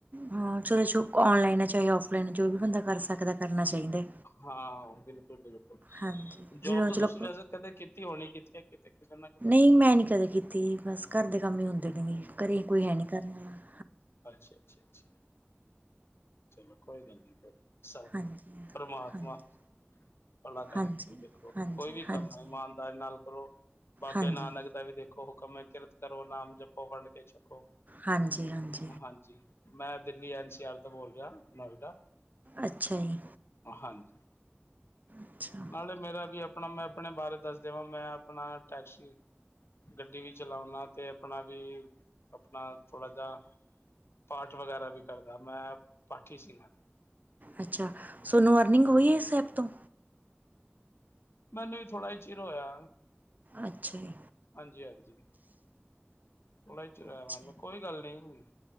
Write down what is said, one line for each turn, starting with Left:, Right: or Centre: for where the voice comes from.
Right: ਹਾਂ ਚੋ ਔਨਲਾਈਨ ਹੈ ਚਾਹੇ ਔਫ ਲਾਈਨ, ਜੋ ਵੀ ਬੰਦਾ। ਕਰ ਸਕਦਾ ਕਰਨਾ ਚਾਹੀਦਾ।
Left: ਹਾਂ ਬਿਲਕੁਲ ਓ ਬਿਲਕ
Right: ਹਾਂਜੀ
Left: ਜੋਬ
Right: ਜਿਵੇਂ ਹੁਣ
Left: ਤਾਂ ਤੁਸੀਂ
Right: ਚਲੋ
Left: ਵੈਸੇ ਕਦੇ ਕੀਤੀ ਹੋਣੀ ਕਿਥੇ ਕਿਤੇ-ਕਿਤੇ ਨਾ ਕਿਤੇ।
Right: ਨਈ ਮੈਂ ਨੀ ਕਦੇ ਕੀਤੀ ਜੀ ਬਸ ਘਰ ਦੇ ਕੰਮ ਹੀ ਹੁੰਦੇ ਨੇ, ਘਰੇ ਕੋਈ ਹੈ ਨੀ ਕਰਨਾ ਆਲਾ।
Left: ਅੱਛਾ-ਅੱਛਾ, ਅੱਛਾ, ਚਲੋ ਕੋਈ ਗੱਲ ਨਹੀਂ ਭਾਈ। ਸਬ
Right: ਹਾਂਜੀ
Left: ਪਰਮਾਤਮਾ।
Right: ਹਾਂਜੀ
Left: ਭਲਾਂ ਕਰੇ,
Right: ਹਾਂਜੀ
Left: ਜੀ ਦੇਖੋ
Right: ਹਾਂਜੀ
Left: ਕੋਈ ਵੀ ਕੰਮ
Right: ਹਾਂਜੀ
Left: ਐ ਇਮਾਨ। ਪਿਆਰ ਨਾਲ ਕਰੋ, ਬਾਬੇ
Right: ਹਾਂਜੀ
Left: ਨਾਨਕ ਦਾ ਵੀ ਦੇਖੋ ਹੁਕਮ ਐ ਕਿਰਤ ਕਰੋ, ਨਾਮ ਜਪੋ, ਵੰਡ ਕੇ ਛਕੋ।
Right: ਹਾਂਜੀ-ਹਾਂਜੀ,
Left: ਹਾਂਜੀ ਮੈਂ ਦਿੱਲੀ ਐਨ ਸੀ ਆਰ ਤੋਂ ਬੋਲ ਰਿਆ ਨੋਇਡਾ
Right: ਅੱਛਾ ਜੀ,
Left: ਹਾਂਜੀ,
Right: ਅੱਛਾ
Left: ਨਾਲੇ ਮੇਰਾ ਵੀ ਆਪਣਾ ਮੈਂ ਆਪਣੇ ਬਾਰੇ ਦੱਸ ਦੇਵਾਂ ਮੈਂ ਆਪਣਾ ਟੈਕਸੀ ਗੱਡੀ ਵੀ ਚਲਾਉਣਾ ਤੇ ਆਪਣਾ ਵੀ, ਆਪਣਾ ਥੋੜ੍ਹਾ ਜਾ ਪਾਠ ਵਗੈਰਾ ਵੀ ਕਰਦਾ, ਮੈਂ ਪਾਠੀ ਸੀ ਨਾ
Right: ਅੱਛਾ ਸੋਨੂੰ ਅਰਨਿੰਗ ਹੋਈ ਆ ਇਸ ਐਪ ਤੋਂ?
Left: ਮੈਨੂੰ ਨਈ ਥੋੜਾ ਈ ਚਿਰ ਹੋਇਆ।
Right: ਅੱਛਾ ਜੀ,
Left: ਹਾਂਜੀ-ਹਾਂਜੀ, ਹੁਣੇ ਚਲਾਇਆ
Right: ਅੱਛਾ
Left: ਮੈ ਵੀ ਕੋਈ ਗੱਲ ਨੀ।